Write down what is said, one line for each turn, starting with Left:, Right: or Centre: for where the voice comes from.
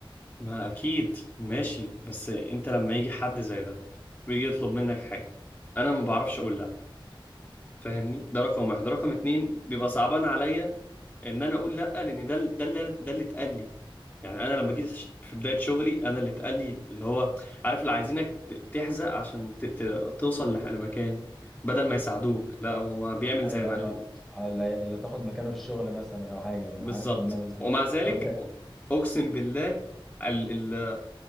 Left: ما أكيد ماشي بس أنت لما يجي حد زي ده ويجي يطلب منك حاجة أنا ما بعرفش أقول لأ فاهمني ده رقم واحد رقم اتنين بيبقى صعبان عليا ان انا اقول لا لان ده ده اللي أنا- ده اللي اتقال لي يعني انا لما جيت ش- في بدايه شغلي انا اللي اتقال لي اللي هو عارف اللي عايزينك ت- تحزق عشان ت- ت- توصل لح- لمكان بدل ما يساعدوك لا هو بيعمل
Centre: ايوه
Left: زي ما
Centre: ايوه
Left: ال-
Centre: على- اللي تاخد مكانه في الشغل مثلا او حاجه انا
Left: بالظبط
Centre: عارف هو الناس دي
Left: ومع ذلك
Centre: طب انت
Left: اقسم بالله ال ال